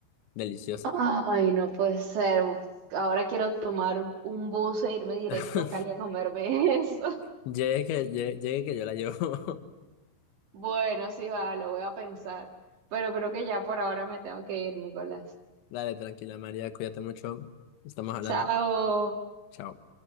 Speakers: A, on the left; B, on the right.
A: delicioso.
B: Ay, no puede ser. Ahora quiero tomar un bus e irme directo
A: <laughs>
B: a Cali a comerme <laughs> eso.
A: Llegue que, llegue llegue que yo la llevo. <laughs>
B: Bueno, sí va, lo voy a pensar. Pero creo que ya por ahora me tengo que ir, Nicolás.
A: Dale, tranquila María, cuídate mucho, estamos hablando.
B: Chao.
A: Chao.